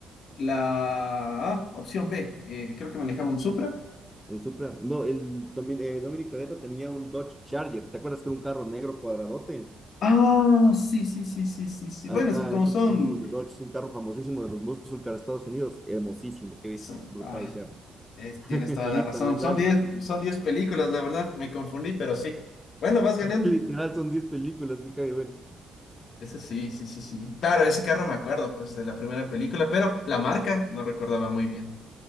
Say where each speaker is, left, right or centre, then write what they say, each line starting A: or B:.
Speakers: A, on the left; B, in the centre.
A: la ah, opción B, eh, creo que manejaba un Supra.
B: Un Supra. No, el Domi- eh, Dominic Toretto tenía un Dodge Charger. ¿Te acuerdas que era un carro negro cuadradote?
A: Ah, sí, sí, sí, sí, sí, sí.
B: Ajá,
A: Bueno, es que como
B: entonces
A: son,
B: todos los de Dodge es un carro famosísimo de los muscles de Estados Unidos. Hermosísimo, qué viste.
A: son-
B: Brutal
A: ah,
B: carro.
A: es-
B: <laughs>
A: tienes toda
B: Listo,
A: la razón.
B: a ver,
A: Son
B: dale.
A: diez son diez películas, la verdad, me confundí, pero sí. Bueno, vas ganando.
B: Literal son 10 películas, qué cague bueno.
A: Eso sí, sí, sí, sí. Claro, ese carro me acuerdo, pues, de la primera película, pero la marca no recordaba muy bien.